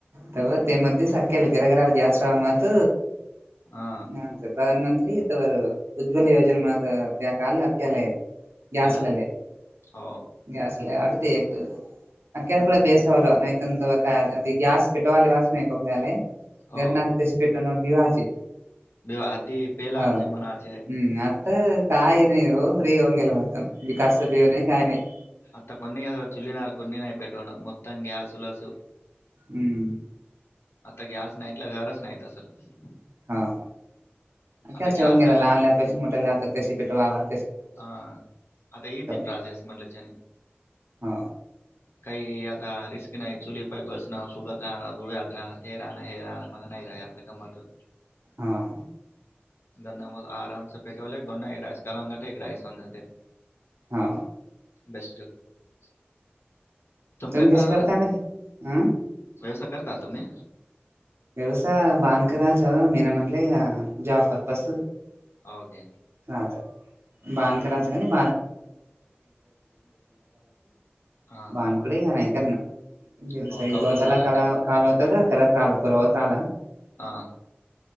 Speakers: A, on the right (about 80°); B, on the left (about 75°).
A: तर <unintelligible> जास्त मत.
B: हा
A: आमचं प्रधान मंत्री तवर उज्ज्वल योजना माझा त्या काल केलंय. ते असल्याले.
B: दिलन हो
A: गॅसला अटतेक <unintelligible> बेसवालं नाही त्यानंतर काय अ गॅस पेटवाले वास नाही कोकल्याला
B: हो
A: गरनात कशी पेटवणार बिवाची.
B: विवा हातदी तेलाचे
A: ह
B: मनाचे.
A: हम्म. आता काही नाही हो फ्री होऊन गेलं होत विकासच बीऊ नाही काही नाही.
B: आता कोणी चुलीनार कोणीन नाही पेटवणं फक्त ग्यास चालू असो.
A: हं.
B: आता गॅस नाईटला घरच नाहीत तसं.
A: हा अख्याच
B: आता
A: ठेऊन
B: गॅस
A: गेला
B: आले
A: लहान लाकडाची मोठी लाकडं कशी पेटवावं?
B: हा आता येते प्राजेस
A: गेला
B: म्हणलं च्यांनी.
A: हो
B: काही आता रिस्क नाही चुली पाई बसणं फुगत राहणं धुव्यात खाण ते राहणं हे राहणं मला नाही राहत. एका मधं.
A: हा.
B: दोनम आरामस पेटवाल्या एक दोनड एकयस जाते एकडायस होऊन जाते.
A: हां.
B: बेस्टच तुम
A: तुम्ही
B: करता
A: कशी
B: आता?
A: मरे अं
B: व्यवसाय करता तुम्ही.
A: व्यवसाय बानकराचं, मी नाही म्हंटले जॉब पर्पस
B: ओके.
A: राहतं. बाध करायचं का नाही
B: हां
A: बान <unintelligible>
B: हो
A: <unintelligible> एक
B: कौलूल
A: दोन साार
B: दिला
A: काल
B: का
A: काल होतं का, खरा चाल परवा चाला.
B: हां.